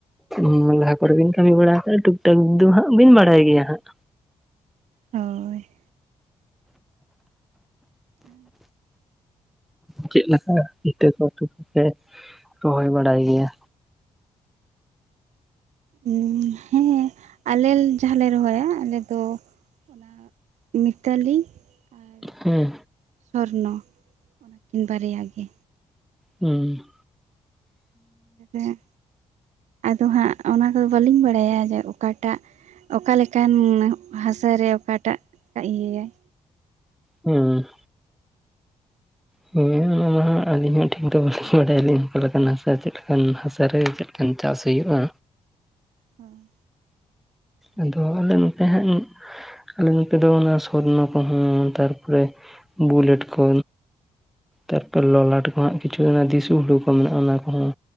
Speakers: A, in the centre; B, on the right.
A: ᱩᱸ ᱞᱟᱦᱟ ᱠᱚᱨᱮ ᱵᱤᱱ ᱠᱟᱹᱢᱤ ᱵᱟᱲᱟ ᱟᱠᱟᱫ ᱴᱩᱠ ᱴᱟᱠ ᱫᱚ ᱦᱟᱸᱜ ᱵᱤᱱ ᱵᱟᱰᱟᱭ ᱜᱮᱭᱟ ᱦᱟᱸᱜ
B: ᱦᱳᱭ ᱮᱸᱣ
A: ᱪᱮᱫ ᱞᱮᱠᱟ ᱤᱛᱟᱹ ᱠᱚ ᱠᱚᱯᱮ ᱨᱚᱦᱚᱭ ᱵᱟᱲᱟᱭ ᱜᱮᱭᱟ?
B: ᱦᱩᱸ ᱦᱮᱸ ᱟᱞᱮ ᱡᱟᱦᱟᱸᱞᱮ ᱨᱚᱦᱚᱭᱟ ᱟᱞᱮ ᱫᱚ ᱚᱱᱟᱜ ᱢᱤᱛᱟᱞᱤ ᱟᱨ
A: ᱦᱮᱸ
B: ᱥᱚᱨᱱᱚ ᱚᱱᱟᱠᱤᱱ ᱵᱟᱨᱭᱟ ᱜᱮ
A: ᱩᱸ
B: ᱟᱨ ᱟᱫᱚ ᱦᱟᱸᱜ ᱚᱱᱟ ᱠᱚᱫᱚ ᱵᱟᱹᱞᱤᱧ ᱵᱟᱰᱟᱭᱟ ᱡᱮ ᱚᱠᱟᱴᱟᱜ ᱚᱠᱟ ᱞᱮᱠᱟᱱ ᱦᱟᱥᱟᱨᱮ ᱚᱠᱟᱴᱟᱜ ᱤᱭᱟᱹᱭᱟᱭ
A: ᱦᱩᱸ ᱦᱮᱸ ᱚᱱᱟ ᱢᱟ ᱦᱟᱸᱜ ᱟᱹᱞᱤᱧ ᱦᱚᱸ ᱴᱷᱤᱠ ᱫᱚ ᱵᱟᱹᱞᱤᱧ ᱵᱟᱰᱟᱭᱟ ᱟᱹᱞᱤᱧ ᱚᱠᱟ ᱞᱮᱠᱟᱱᱟᱜ ᱦᱟᱥᱟ ᱪᱮᱫ ᱞᱮᱠᱟᱱ ᱦᱟᱥᱟ ᱨᱮ ᱪᱮᱫ? ᱮᱠᱷᱟᱱ ᱪᱟᱥ ᱦᱩᱭᱩᱜᱼᱟ
B: ᱦᱮᱸ
A: ᱟᱫᱚ ᱚᱱᱮ ᱚᱱᱠᱟ ᱦᱟᱸᱜ <inaudible> ᱟᱞᱮ ᱱᱚᱛᱮ ᱫᱚ ᱚᱱᱟ ᱥᱚᱨᱱᱚ ᱠᱚᱦᱚᱸ ᱛᱟᱨᱯᱚᱨᱮ ᱵᱩᱞᱮᱴ ᱠᱚ᱾ ᱛᱟᱨᱯᱚᱨ ᱞᱚᱞᱟᱴ ᱠᱚᱦᱚᱸ ᱦᱟᱸᱜ ᱠᱤᱪᱷᱩ ᱚᱱᱟ ᱫᱤᱥᱩ ᱦᱩᱲᱩ ᱠᱚ ᱢᱮᱱᱟᱜᱼᱟ ᱚᱱᱟ ᱠᱚᱦᱚᱸ᱾